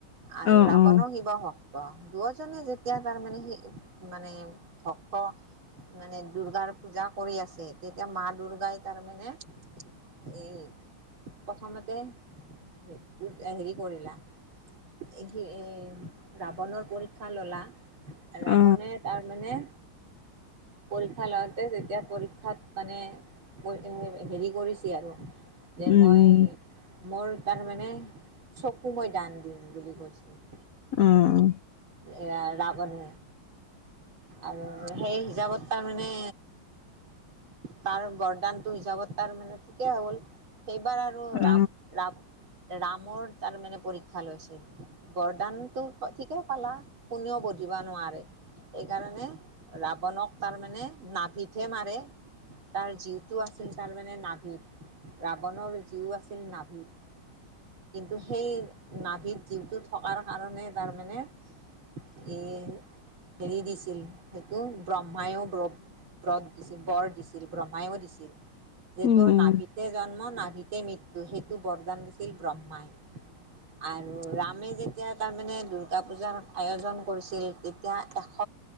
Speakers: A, on the right; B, on the left.
A: আৰু
B: অ
A: ৰাৱণো
B: অ
A: শিৱ ভক্ ত দুয়োজনে যেতিয়া তাৰমানে শি মানে ভক্ত মানে দুৰ্গাৰ পূজা কৰি আছে তেতিয়া মা দুৰ্গাই তাৰ মানে এই প্ৰথমতে স হেৰি কৰিলা ই ৰাৱণৰ পৰীক্ষা ললা ৰাৱণে
B: অ
A: তাৰ মানে পৰীক্ষা লওঁতে তেতিয়া পৰীক্ষাত মানে হেৰি কৰিছে আৰু। যে
B: উম
A: মই মোৰ তাৰমানে চকু মই দান দিম বুলি কৈছিল।
B: উম।
A: এ ৰাৱণে। আৰু সেই হিচাপত তাৰমানে তাৰ বৰদানটোৰ হিচাপত তাৰ মানে ঠিকেই হ'ল। সেইবাৰ আৰু ৰু ৰাব-ৰাব
B: অ
A: ৰামৰ তাৰ মানে পৰীক্ষা লৈছিল। বৰদানতো ঠিকে পালা কোনেও বধিব নোৱাৰে। সেইকাৰণে ৰাৱনক তাৰ মানে নাভিতহে মাৰে। তাৰ জীউটো আছিল তাৰ মানে নাভিত ৰাৱণৰ জীউ আছিল নাভিত। কিন্তু সেই নাভিত জীউটো থকাৰ কাৰণে তাৰমানে এ হেৰি দিছিল সেইটো ব্ৰহ্মায়ও ব্ৰ ব্ৰত দিছিল বৰ দিছিল ব্ৰহ্মায়ো দিছিল। যে
B: উম
A: তোৰ
B: উম
A: নাভিতে জন্ম নাভিতে মৃত্যু। সেইটো বৰদান দিছিল ব্ৰহ্মাই। আৰু ৰামে যেতিয়া তাৰমানে দুৰ্গা পূজাৰ আয়োজন কৰিছিল তেতিয়া এশ